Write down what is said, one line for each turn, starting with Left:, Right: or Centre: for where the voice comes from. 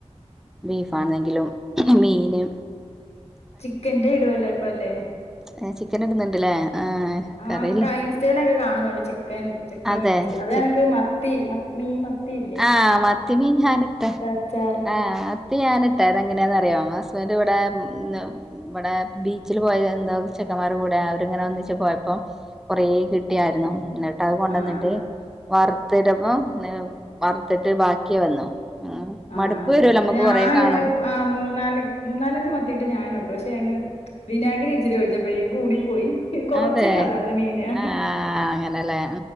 Centre: ബീഫാണെങ്കിലും മീന്
Left: ചിക്കന്റെ ഇടുവല്ലെ ഇപ്പ അല്ലേ?
Centre: ഏഹ് ചിക്കന്ട്ന്ന് ണ്ട്ലേ ആഹ്. കറിയില്ല
Left: ആഹ് കൈ ഇൻസ്റ്റേലെക്കെ കാണുന്നുണ്ട് ചിക്കൻ ചിക്കൻ
Centre: അതെ
Left: വെച്ച്‌, അത്
Centre: ചി
Left: കണക്ക് മ ത്തി, മ മീ മത്തിയില്ലെ
Centre: ആഹ് മത്തിമീൻ ഞാനിട്ട
Left: അച്ചാറ്
Centre: ആഹ് ഇത് ഞാനിട്ടാ ഇതെങ്ങനേന്നറ്യോ? ഹസ്ബൻഡ് ഇവ്ടേ ന്ന് ഇബടെ ബീച്ചില് പോയാ എന്താവും ചെക്കമ്മാരെ കൂടെ അവരിങ്ങനെ ഒന്നിച്ച് പോയപ്പം കൊറേ കിട്ടിയായിരുന്നു, ഇന്ന അത്കൊണ്ടന്ന്ട്ട്
Left: ആഹ് ആഹ്
Centre: വറുത്തിട്ടപ്പം, ഏ വറുത്തിട്ട് ബാക്കി വന്നു. ഉം
Left: ആഹ്
Centre: മടുപ്പ്
Left: ആഹ്
Centre: വരുവല്ലോ നമ്മുക്ക്
Left: ആ ഞാ
Centre: കൊറേ കാണും
Left: ഇവിടെ ആ മൂന്നാല് മൂന്നാലഞ്ച് മത്തിയിട്ട് ഞാനു ഇട്ടു, പക്ഷെ അങ് വിനാഗിരി ഇച്ചിരി ഒഴിച്ചപ്പഴേ കൂടിപ്പോയി കൊറച്ചല്ലേ
Centre: അതെ
Left: ഒള്ളാരുന്നു മീന്,
Centre: ആഹ് അങ്ങനെല്ലേ